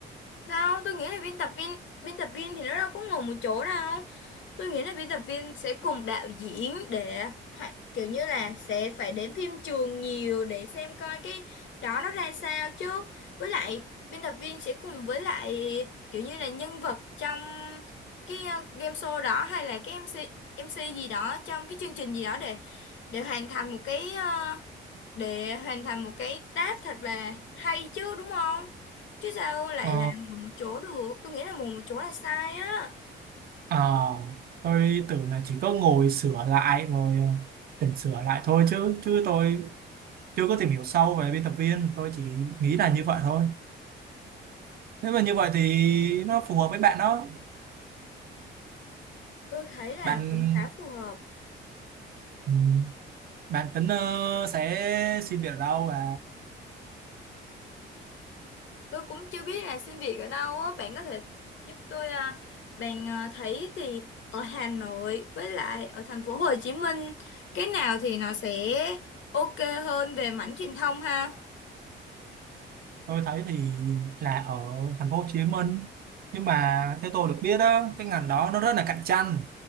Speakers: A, on the left (about 70°); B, on the right (about 50°).
A: đâu tôi nghĩ là biên tập viên biên tập viên thì nó đâu có ngồi một chỗ đâu Tôi nghĩ là biên tập viên sẽ cùng đạo diễn để hạ- kiểu như là sẽ phải đến phim trường nhiều để xem coi cái đó nó ra sao chứ. Với lại biên tập viên sẽ cùng với lại kiểu như là nhân vật trong cái ờ, game show đó hay là cái MC MC gì đó trong cái chương trình gì đó để để hoàn thành một cái ờ, để hoàn thành một cái task thật là hay chứ đúng không? Chứ sao lại
B: Ờ,
A: là ngồi một chỗ được? Tôi nghĩ là ngồi một chỗ là sai á.
B: ờ, tôi tưởng là chỉ có ngồi sửa lại rồi ờ, chỉnh sửa lại thôi chứ chứ tôi chưa có tìm hiểu sâu về biên tập viên tôi chỉ nghĩ là như vậy thôi nếu mà như vậy thì nó phù hợp với bạn đó
A: Tôi thấy là
B: bạn
A: cũng khá phù hợp.
B: ừ, bạn tính ờ, sẽ xin việc ở đâu và
A: Tôi cũng chưa biết là xin việc ở đâu á. Bạn có thể giúp tôi à, bạn à, thấy thì ở Hà Nội với lại ở thành phố Hồ Chí Minh cái nào thì nó sẽ ok hơn về mảng truyền thông ha.
B: tôi thấy thì là ở thành phố Hồ Chí Minh nhưng mà theo tôi được biết đó cái ngành đó nó rất là cạnh tranh